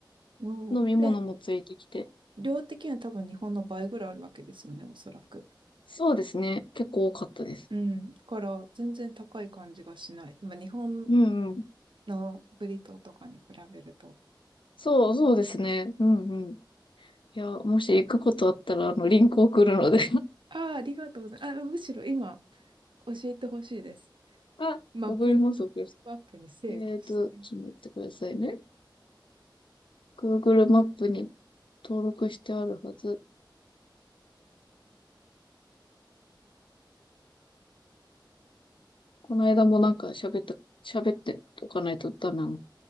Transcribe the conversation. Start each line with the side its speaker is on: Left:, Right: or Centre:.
Right: もうで、
Left: 飲み物もついてきて。
Right: 量的には多分日本の倍ぐらいあるわけですよね、おそらく。
Left: そうですね。結構多かったです。
Right: うん。だから全然高い感じがしない。まあ、日本
Left: うんうん。
Right: のブリトーとかに比べると。
Left: そう、そうですね。うんうん。いや、もし行くことあったら、あの、リンク送るので
Right: ああ、ありがとうございます。あ、むしろ今教えてほしいです。
Left: <laughs> あ、
Right: マップに、
Left: 送ります、送ります。
Right: マップにセーブしてきます。
Left: えっと、ちょっと待ってくださいね。Google マップに登録してあるはず。この間もなんか喋った、喋っておかないとダメなの。